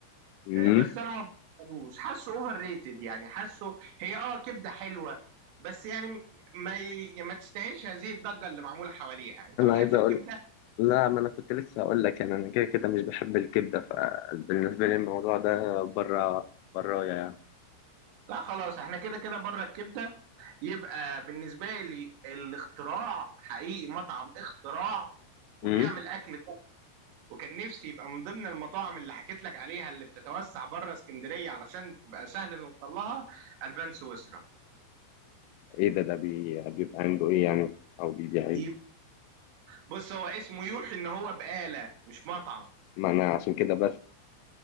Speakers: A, on the left; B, on the right.
A: مم.
B: آه، بس انا ما بحبوش حاسه اوفر ريتد يعني حاسه هي اه كبده حلوه بس يعني ما ي- ما تستاهلش هذه الضجه اللي معموله حواليها انت
A: انا
B: بتحب
A: عايز اقول
B: الكبده
A: لا ما انا كنت لسه اقول لك يعني انا كده كده مش بحب الكبدة فبالنسبة لي الموضوع ده بره برايا يعني
B: لا خلاص احنا كده كده بره الكبده يبقى بالنسبه لي الاختراع حقيقي مطعم اختراع
A: مم.
B: وبيعمل اكل top. وكان نفسي يبقى من ضمن المطاعم اللي حكيت لك عليها اللي بتتوسع بره اسكندريه علشان تبقى سهل نوصل لها البان سويسرا
A: ايه ده ده بي... بيبقى عنده ايه يعني او بيبيع ايه
B: دي بص هو اسمه يوحي ان هو بقاله مش مطعم
A: ما انا عشان كده بس